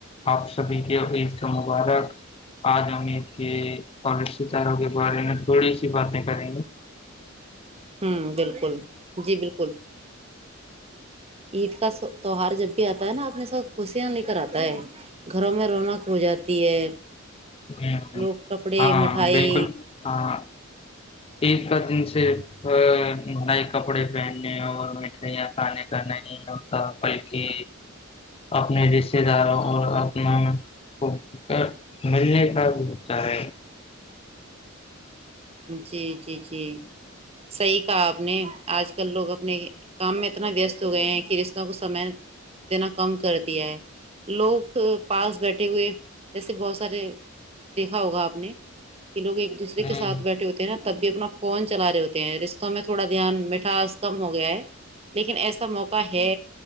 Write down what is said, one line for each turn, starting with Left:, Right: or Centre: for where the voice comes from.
Left: آپ سبھی کے ع عید کے مبارک آج ہممیید کے کالج سے چار ہوگے ب رہے ن تھوڑی سی باتیں کریں گے
Right: ہوں بالکل جی بالکل عید کا تیوار جب بھی آتا ہے نا اپنے ساتھ خوشیاں لے کر آتا ہے گھروں میں رونق ہو جاتی ہے
Left: ہ ہ
Right: لوگ کپڑے
Left: ہاں
Right: مٹھائی
Left: بالکل ہاں ہاں عید کا دن صرف نئے کپڑے پہننے اور مٹھائیاں کھانے کا نہیں ہ بلکہ اپنے رشتے داروں اور اپنا کو کر ملنے کاتاار
Right: جی جی جی صحیح کہا آپ نے آج کل لوگ اب نہیں کام میں اتنا وست س گئے ہیں کہ رشتوں کو سمے دینا کم کرتے دیا ہے لوگ پاس بیٹھے ہوئے جیسے بہت سارے دیکھا ہوگا آپ نے کہ لوگ ایک دوسرے
Left: ہ
Right: کے ساتھ تے ہیں نا تب بھی اپنا فون چلا رہے ہوتے ہیں رشتوں میں تھوڑا دھیان مٹھاس کم ہو گیا ہے لیکن ایسا موقع ہے